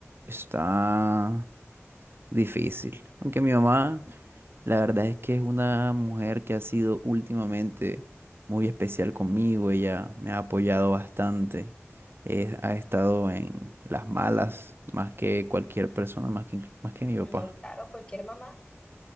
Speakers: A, on the right; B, on the left.
A: está difícil. Aunque mi mamá La verdad es que es una mujer que ha sido últimamente muy especial conmigo. Ella me ha apoyado bastante. eh, ha estado en las malas más que cualquier persona, más que, más que mi papá.
B: No, claro, cualquier mamá.